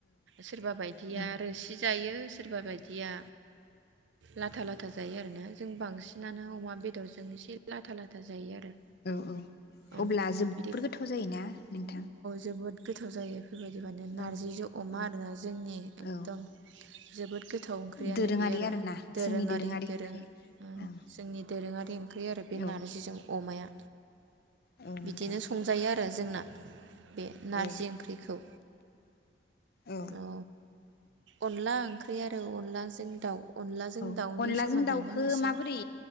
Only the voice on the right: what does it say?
सोरबा बायदिया
आरो सि जायो सोरबा बायदिया लाथा -लाथा जायो आरोना। जों बांसिनानो अमा बे दरजों एसे लाथा लाथा जायो आरो।
औ
बिदि
जोबोद गोथाव जायो। बेबायदि माने नार्जिजों
अमा
आरोना जोंनि एकदम
जोबोद गोथाव ओंख्रियानो
बे आरो
दोरोङारि
दोरों
जोंनि दोरोङारि ओंख्रि आरो बे
नारजिजों अमाया
बिदिनो
संजायो आरो। जोंना बे नारजि
ओंख्रिखौ
अ। अनला ओंख्रि आरो अनलाजों दाउ। अनलाजों
दाउनि
सोमोन्दै
नों एसे